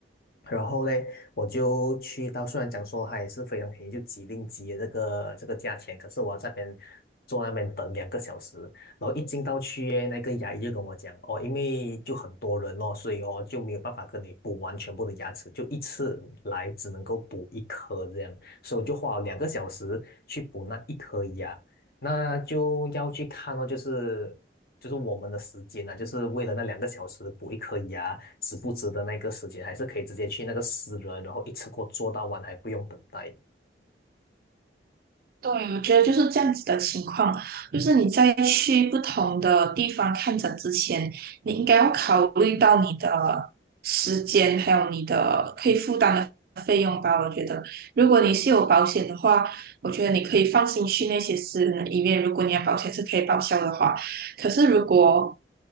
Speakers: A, on the left; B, on the right.
A: 然后嘞，我就去到，虽然讲说它也是非常便宜，就几令几的这个这个价钱，可是我要在那边坐那边等两个小时，然后一进到去耶那个牙医就跟我讲，哦，因为就很多人哦，所以哦就没有办法跟你补完全部的牙齿，就一次来只能够补一颗这样，所以我就花了两个小时去补那一颗牙，那就要去看哦，就是。就是我们的时间呢、就是为了那两个小时补一颗牙，值不值得那个时间，还是可以直接去那个私人，然后一次过做到完，还不用等待。
B: 对，我觉得就是这样子的情况，就是你在去不同的地方看诊之前，你应该要考虑到你的时间，还有你的可以负担的费用吧。我觉得，如果你是有保险的话，我觉得你可以放心去那些私人的医院，如果你的保险是可以报销的话。可是如果